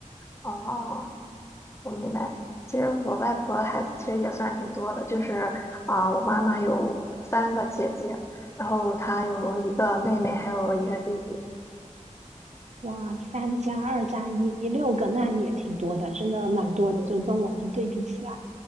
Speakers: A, on the left; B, on the right.
A: 哦，我明白。其实我外婆孩子其实也算挺多的，就是啊、我妈妈有三个姐姐，然后她有一个妹妹，还有一个弟弟。
B: 哇，三加二加一，六个，那也挺多的，真的蛮多的，就跟我们对比起来。